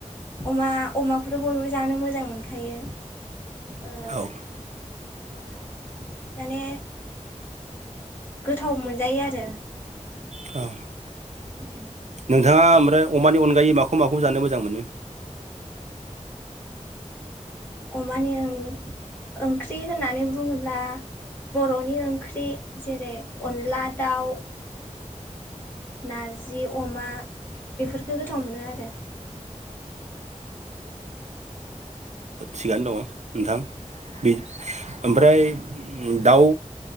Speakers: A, on the left; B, on the right.
A: अमा अमाखौथ' बयबो जानो मोजां मोनखायो। ओ
B: औ
A: अमा माने गोथाव मोनजायो आरो
B: औ
A: ओ
B: नोंथाङा ओमफ्राय अमानि अनगायै माखौ माखौ जानो मोजां मोनो?
A: ओ अमानि आं ओंख्रि होननानै बुङोब्ला बर'नि ओंख्रि जेरै अनला, दाउ नारजि, अमा बेफोरफोरखौ गोथाव मोनो आरो
B: थिगानो दङ नोंथां बे ओमफ्राय दाउ,